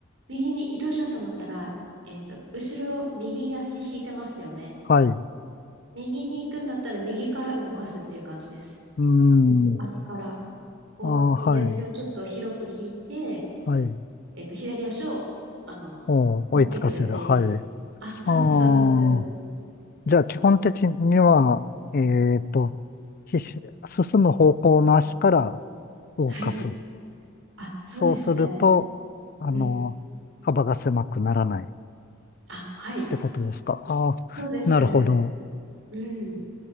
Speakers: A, on the right; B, on the left.
A: 右に移動しようと思ったら、えっと、後ろを右足引いてますよね。
B: はい。う
A: 右に行くんだったら右から動かすっていう感じです。
B: ーん。
A: 右足から、こう、
B: あー、
A: 右足をちょっと広く引いて、
B: はい。はい。
A: えっと、左足を、あの、
B: お追いつかせる。
A: 持ってくるっていう。
B: はい。
A: あ、そうです、
B: ああ。
A: そうです。
B: じゃあ、基本的には、えっと、ひ進む方向の足から動かす。
A: はい。あ、そうですね。
B: そうすると、あの、
A: うん。
B: 幅が狭くならないっ
A: あ、はい。
B: てことですか。ああ、
A: そうです。
B: なるほど。
A: うん。